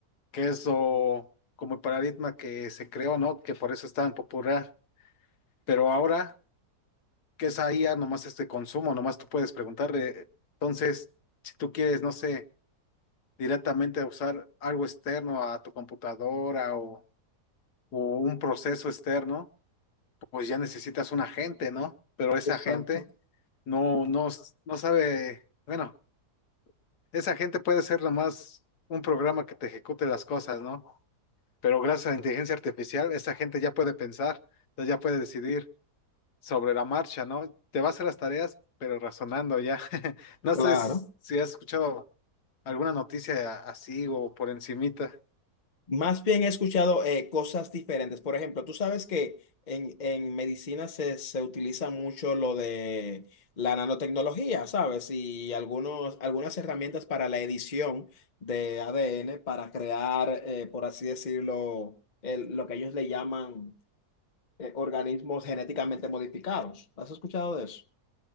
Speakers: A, on the left; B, on the left.
A: que es lo- como el paradigma que se creó, ¿no? Que por eso es tan popular. Pero ahora, que es ahí ya nomás este consumo, nomás tú puedes preguntarle. Entonces, si tú quieres, no sé, directamente usar algo externo a tu computadora o o un proceso externo, pues ya necesitas un agente, ¿no? Pero ese
B: exacto.
A: agente no, no, no sabe, bueno, ese agente puede ser nomás un programa que te ejecute las cosas, ¿no? Pero gracias a la inteligencia artificial, esa gente ya puede pensar, entonces ya puede decidir sobre la marcha, ¿no? Te va a hacer las tareas, pero razonando ya. <laughs> No
B: Claro.
A: sé si has escuchado alguna noticia así o por encimita.
B: Más bien he escuchado eh, cosas diferentes. Por ejemplo, tú sabes que en, en medicina se, se utiliza mucho lo de la nanotecnología, ¿sabes? Y algunos, algunas herramientas para la edición de ADN para crear, eh, por así decirlo, el- lo que ellos le llaman eh, organismos genéticamente modificados. ¿Has escuchado de eso?